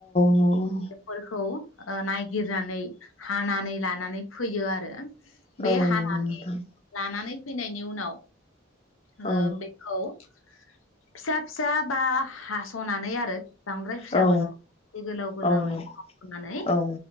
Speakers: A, on the left; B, on the left.
A: नंगौ
B: बेफोरखौ ओ नायगिरनानै हानानै लानानै फैयो आरो। बे
A: औ
B: हानानै
A: नंगौ नोंथां
B: लानानै फैनायनि उनाव ओ
A: औ
B: बेखौ- फिसा फिसा बा हास'नानै आरो बांद्राय फिसाबो
A: औ
B: नङा गोलाव गोलावनो
A: औ नंगौ
B: हनानै
A: औ